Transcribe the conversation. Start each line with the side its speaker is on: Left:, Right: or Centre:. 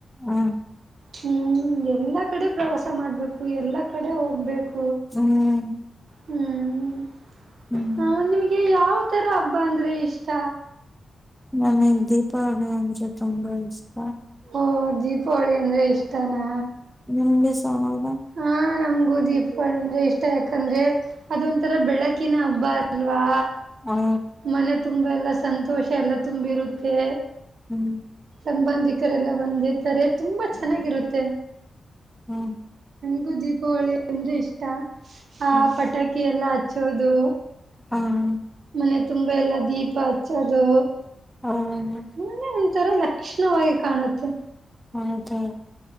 Centre: ಹ
Right: ಹ್ಮ್ ಎಲ್ಲಾ ಕಡೆ ಪ್ರವಾಸ ಮಾಡಬೇಕ್ ಎಲ್ಲಾ ಕಡೆ ಹೋಗಬೇಕ್
Centre: ಹ್ಮ್
Right: ಹ್ಮ್
Centre: ಹ್ಮ್
Right: ಹಂ ನಿಮಗೆ ಯಾವದ ಯಾವ್ ತರಾ ಹಬ್ಬ ಅಂದ್ರೆ ಇಷ್ಟ
Centre: ನನಗ ದೀಪಾವಳಿ ಅಂದ್ರೆ ತುಂಬಾ ಇಷ್ಟ
Right: ಓ ದೀಪಾವಳಿ ಅಂದ್ರೆ ಇಷ್ಟ ಅಂತಾನಾ
Centre: ನಿಮ್ಗೆ ಸಮಾಧಾನ
Right: ಹಾ ನಮಗೂ ಸುದೀಪ ಅಂದ್ರೆ ಇಷ್ಟ ಯಾಕ ಅಂದ್ರೆ ಅದೊಂಥರ ಬೆಳಕಿನ ಹಬ್ಬ ಬಲ್ವಾ
Centre: ಹ್ಮ
Right: ಮನೆ ತುಂಬಾ ಎಲ್ಲ ಸಂತೋಷ ಎಲ್ಲಾ ತುಂಬಿರುತ್ತೆ
Centre: ಹ್ಮ್
Right: ಸಂಬಂಧಿಕರೆಲ್ಲ ಬಂದಿರುತ್ತಾರೆ ತುಂಬಾ ಚೆನ್ನಾಗಿರುತ್ತೆ
Centre: ಹ್ಮ್
Right: ನನಗೂ ದೀಪಾವಳಿ ಅಂದ್ರೆ ಇಷ್ಟ ಹಾ
Centre: ಹ್ಮ್
Right: ಪಟಾಕಿ ಎಲ್ಲಾ ಹಚ್ಚೋದು
Centre: ಹ್ಮ
Right: ಮನೆ ತುಂಬಾ ಎಲ್ಲ ದೀಪ ಹಚ್ಚೋದು
Centre: ಹೌದು
Right: ಹೇಳದಿ ಒಂದ ತರಾ ಲಕ್ಷಣವಾಗಿ ಕಾಣುತ್ತೆ
Centre: ಹೌದಾ